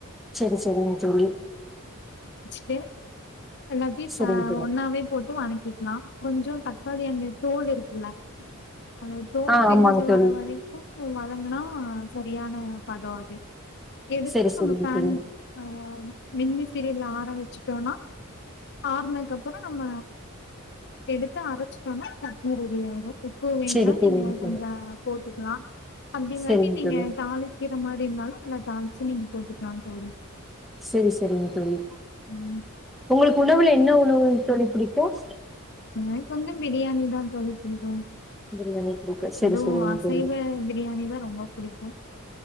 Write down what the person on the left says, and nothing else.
<inaudible> ஹலோ தீபா
அப்டியே போட்டு வனக்கிக்கலா கொஞ்சம் தக்காளி அந்த தோல் இருக்குல்ல அ தோல்
பிரிஞ்சு
வர வரைக்கும் வதங்குனா சரியான பத அது <unintelligible>
ஆஹ் மின் விசிரில ஆற வச்சுட்டோம்னா ஆறுன கப் அப்புறம் நம்ம எடுத்து அரைச்சிட்டோனா சட்னி ரெடி ஆயிரும் உப்பு வேணுமா
நீங்க
கொஞ்சம் போட்டுக்கலாம் அப்படிங்காட்டி
நீங்க
தாளிக்கிற மாரி இருந்தாலும் எல்லா தாளிச்சு நீங்க போட்டுக்கலாம் தோழி
ம்
ந கொஞ்சம் பிரியாணிதா தோழி பிடிக்கும்
அதுவும்
அசைவ
பிரியாணிதா ரொம்ப பிடிக்கும்